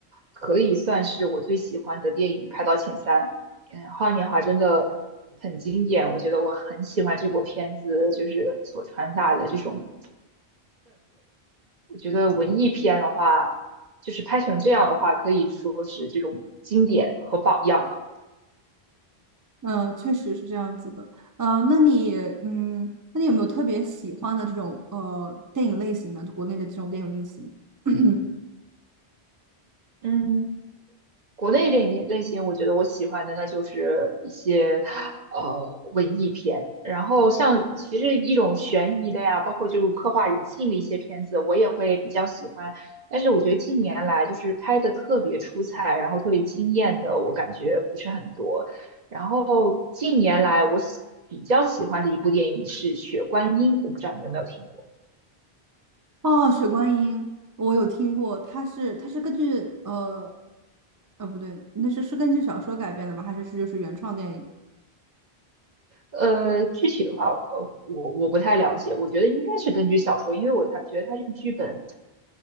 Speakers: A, on the right (about 45°); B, on the right (about 25°).
A: 可以算是我最喜欢的电影，排到前三。嗯，花样年华真的很经典，我觉得我很喜欢这部片子，就是所传达的这种。我觉得文艺片的话，就是拍成这样的话，可以说是这种经典和榜样了。
B: 嗯，确实是这样子的。呃，那你，嗯，那你有没有特别喜欢的这种呃电影类型呢？就国内的这种电影类型？<clears throat>
A: 嗯。国内电影类型，我觉得我喜欢的那就是一些呃文艺片，然后像其实一种悬疑的呀，包括就刻画人性的一些片子，我也会比较喜欢。但是我觉得近年来就是拍的特别出彩，然后特别惊艳的，我感觉不是很多。然后近年来我喜比较喜欢的一部电影是《血观音》，我不知道你有没有听过。
B: 哦，《雪观音》我有听过，它是它是根据呃呃不对，那是是根据小说改编的吗？还是是就是原创电影？
A: 呃，具体的话，呃，我我不太了解，我觉得应该是根据小说，因为我他觉得他这个剧本。